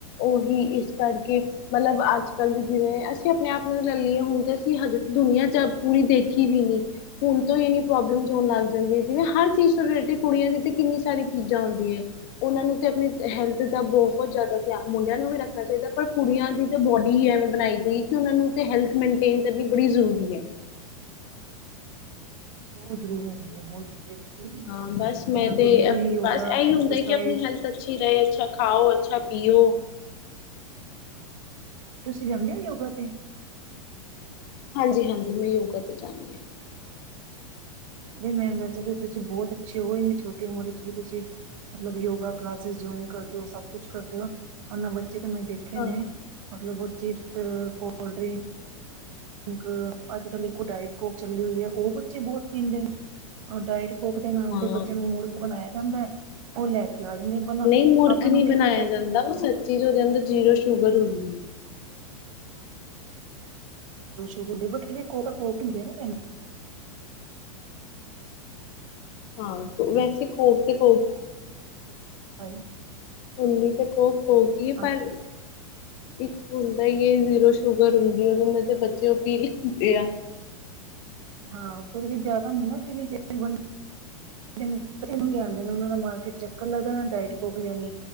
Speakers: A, on the left (about 50°); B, on the right (about 65°).
A: ਉਹੀ ਇਸ ਕਰਕੇ ਮਤਲਬ ਅੱਜ ਕੱਲ ਜਿਵੇਂ ਅਸੀਂ ਆਪਣੇ ਆਪ ਨੂੰ ਲੈ ਲਈਏ ਹੁਣ ਤੇ ਅਸੀਂ ਹਜੇ ਤ ਦੁਨੀਆਂ ਚ। ਪੂਰੀ ਦੇਖੀ ਵੀ ਨੀ ਹੁਣ ਤੋਂ ਇੰਨੀ ਪ੍ਰੋਬਲਮ ਹੋਣ ਲੱਗ ਜਾਂਦੀਆਂ ਹੈ। ਜਿਵੇਂ ਹਰ ਚੀਜ਼ ਤੋਂ ਰਿਲੇਟਿਡ ਕੁੜੀਆਂ ਦੀ ਕਿੰਨੀ ਸਾਰੀ ਚੀਜ਼ਾਂ ਆਉਂਦੀਆਂ। ਉਹਨਾਂ ਨੂੰ ਤੇ ਆਪਣੀ ਹੈਲਥ ਦਾ ਬਹੁਤ ਜ਼ਿਆਦਾ ਧਿਆਨ ਮੁੰਡਿਆਂ ਨੂੰ ਵੀ ਰੱਖਣਾ ਚਾਹੀਦਾ ਪਰ ਕੁੜੀਆਂ ਦੀ। ਬੋਡੀਵੇਂ ਬਣਾਈ ਗਈ ਕਿ ਉਹ ਨੂੰ ਹੈਲਥ ਮੇਨਟੇਨ ਕਰਨੀ ਬੜੀ ਜ਼ਰੂਰੀ ਹੈ
B: ਹਾਂ ਬਹੁਤ ਜ਼ਰੂਰ ਹੁੰਦੀ ਆ ਬਹੁਤ ਹੁੰਦੀ ਹੈ।
A: ਹਾਂ ਬਸ ਮੈਂ
B: ਅਗਰ
A: ਤੇ
B: ਕੁੜੀਆਂ ਨੇ ਯੋਗਾ
A: ਬਸ ਇਹੀ
B: ਐਕਸਰਸਾਈਜ਼
A: ਹੁੰਦਾ ਕਿ ਆਪਣੀ ਹੈਲਥ ਅੱਛੀ ਰਹੇ ਅੱਛਾ ਖਾਓ ਅੱਛਾ ਪੀਓ
B: ਤੁਸੀਂ ਜਾਂਦੇ ਹੋ ਯੋਗਾ ਤੇ
A: ਹਾਂਜੀ ਹਾਂਜੀ ਮੈਂ ਯੋਗਾ ਤੇ ਜਾਂਦੀ ਹਾਂ
B: ਅ ਮੈਮ ਵੈਸਾ ਤੁਸੀਂ ਬਹੁਤ ਅੱਛੇ ਹੋ ਹੀ ਛੋਟੀ ਉਮਰ ਚ ਵੀ ਤੁਸੀਂ ਮਤਲਬ ਯੋਗਾ ਕਲਾਸਿਸ ਜਇਨ ਕਰਦੇ ਹੋ ਸਭ ਕੁਛ ਕਰਦੇ ਹੋ ਉਹਨਾਂ ਬੱਚਿਆਂ ਮੈਂ ਦੇਖੇ
A: ਹਾਂ
B: ਨੇ
A: ਹਾਂ
B: ਮਤਲਬ ਉਹ ਚਿਪਸ ਕੋਲਡ ਡਰਿੰਕ ਕ ਅੱਜ ਕੱਲ ਇੱਕੋ ਡਾਇਟ ਕੋਕ ਚੱਲੀ ਹੋਈ ਹੈ। ਉਹ ਬੱਚੇ ਬਹੁਤ ਪੀਣ ਦੇ ਨੇ ਡਾਇਟ ਕੋਕ ਦੇ ਨਾਮ ਦੇ
A: ਹਾਂ
B: ਬੱਚਿਆਂ ਨੂੰ ਮੂਰਖ ਬਣਾਇਆ ਜਾਂਦਾ ਹੈ ਉਹ ਲੈ ਕੇ ਕਿਆਦ ਨਹੀਂ ਬਣਾ
A: ਮੂਰਖ
B: ਆਪਾਂ
A: ਨਹੀਂ
B: ਨੂੰ ਕੀ
A: ਬਣਾਇਆ
B: ਪਤਾ ਕਿੰਨੀ
A: ਜਾਂਦਾ ਉਹ ਸੱਚੀ
B: ਸ਼ੂਗਰ
A: ਚ ਉਹਦੇ ਅੰਦਰ
B: ਹੈ
A: ਜ਼ੀਰੋ ਸ਼ੂਗਰ ਹੁੰਦੀ ਹੈ
B: ਉਹ ਤਾਂ ਕੋਕ ਪੀਂਦੇ ਆ ਨਾ ਭੈਣਜੀ।
A: ਹਾਂ ਵੈਸੇ ਕੋਕ ਤੇ ਕੋਕ
B: ਹਾਂਜੀ।
A: ਹੁੰਦੀ ਤਾਂ ਕੋਕ ਕੋਕ ਕੀ ਹ
B: ਹਾਂਜੀ
A: ਪਰ। ਇੱਕ ਹੁੰਦਾ ਹੀ ਹੈ ਜ਼ੀਰੋ ਸ਼ੂਗਰ ਹੁੰਦੀ ਉਹਦੇ ਨਾਲ ਤੇ ਬੱਚੇ ਉਹ ਪੀ ਲੈਂਦੇ ਆ।
B: ਹਾਂ ਪੂਰੀ ਜਿਆਦਾ ਨਹੀਂ ਨਾ ਪ ਜਿਹੇ ਮੰਗੇਂਦੇ ਨੇ ਉਹ ਦਾ ਮਾਰਕੀਟ ਚੱਕਰ ਲੱਗ ਡਟ ਯੀ